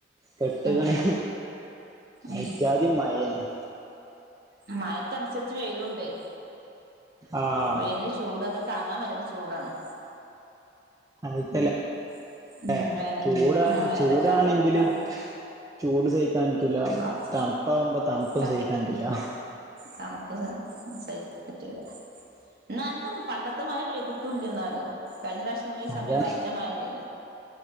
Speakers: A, on the right; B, on the right.
A: പെട്ട്കണ്
B: ആഹ് ആഹ്
A: എജ്ജാതി മഴ ഏന്നു
B: മഴക്കനുസരിച്ച് വെയിലുണ്ട്
A: ആഹ്
B: വെയിലന് ചൂട് എന്താ താങ്ങാൻ വെയ്യാത്ത ചൂ ചൂടാണ്
A: അവ്ട്ത്തല്ല
B: ഉം ഉം
A: ഏഹ്
B: വേന
A: ചൂടാ
B: ഉം വേനൽക്കാലത്ത്
A: ചൂടാണെങ്കിൽ
B: ചൂടാണ്
A: ചൂട് സ <unintelligible> പറ്റൂല
B: അത്
A: തണുപ്പാകുമ്പോ തണുപ്പും
B: തണുപ്പ്
A: സഹിക്കാൻ പറ്റുല്ല
B: തണുപ്പ് സ സഹിക്കാൻ പറ്റില ന്നാനത്തെ പണ്ടത്തെ മഴ പെയ്തിട്ടുംല്ല്യ ന്നാലും കഴിഞ്ഞ പ്രാവശ ഈ
A: അതാ
B: സമയത്ത് നല്ല മഴല്ലേയിരുന്ന